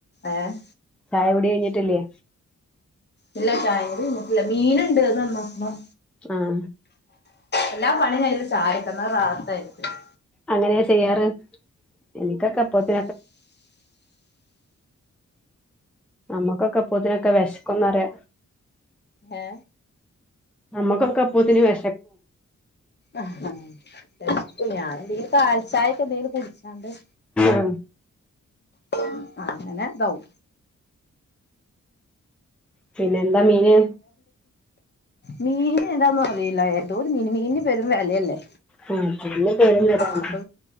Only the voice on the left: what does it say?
ഏഹ്
ഇല്ല ചായുടി കഴിഞ്ഞിട്ടില്ല മീനുണ്ട് അത് നന്നാക്കണം.
എല്ലാ പണി കയിഞ്ഞിട്ട് <unintelligible>
ഏ
അഹ ബെസ്റ്റ് ഞാനെന്തെങ്കിലും പാൽ ചായെക്കെ എന്തേലും കുടിച്ച്
<unintelligible> അങ്ങനെ ഇതായ്
മീന് ഏതാന്നൊന്നും അറിയില്ല ഏതോ ഒരു മീൻ. മീനിന് പെരും വെലയല്ലേ.
അപ്പൊ